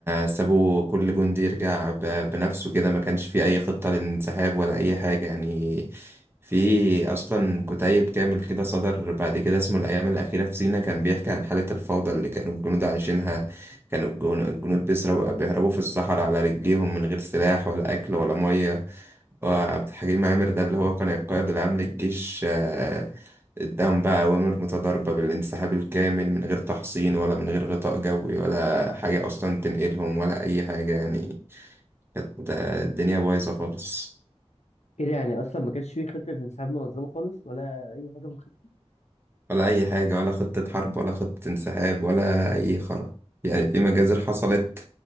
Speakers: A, on the right; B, on the left.
A: سابوا كل جندي يرجع ب- بنفسه كده ما كانش في أي خطة للانسحاب ولا أي حاجة يعني في أصلا كتيب كامل كده صدر بعد كده اسمه الأيام الأخيرة في سينا كان بيحكي عن حالة الفوضى اللي كانوا الجنود عايشينها كانوا الجن- الجنود بيسرقوا بيهربوا في الصحراء على رجليهم من غير سلاح ولا أكل ولا مية وعبد الحكيم عامر ده اللي هو كان القائد العام للجيش آه، قدام بقى أوامر متضاربة بالانسحاب الكامل من غير تحصين ولا من غير غطاء جوي ولا حاجة أصلا تنقلهم ولا أي حاجة يعني كانت آه، الدنيا بايظة خالص
B: كده يعني اصلا ما كانش فيه خطه انسحاب منظمه خالص ولا اي حاجه من خطه
A: ولا أي حاجة ولا خطة حرب ولا خطة انسحاب ولا أي خرا يعني في مجازر حصلت